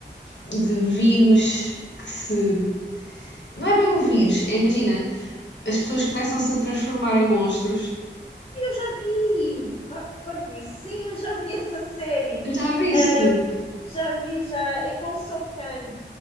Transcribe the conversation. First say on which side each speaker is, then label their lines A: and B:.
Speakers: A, on the left (about 70°); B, on the left (about 30°).
A: de vírus que se. Não é bem um vírus, é, imagina, as pessoas começam-se a transformar em monstros.
B: Eu já vi! Ah, parvoíce, sim, eu já vi essa série.
A: Já viste?
B: Ahm, já vi, já. É com o Song Kang.